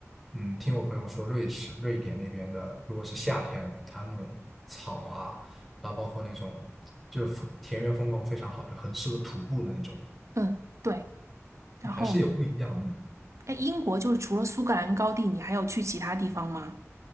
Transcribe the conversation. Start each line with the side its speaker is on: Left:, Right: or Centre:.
Centre: 嗯，听我朋友说，瑞士、瑞典那边的，如果是夏天，它那种草啊，然后包括那种就是风田园风光非常好，就很适合徒步的那种，
Right: 嗯，对。然后，
Centre: 还是有不一样的。
Right: 哎，英国就是除了苏格兰高地，你还有去其他地方吗？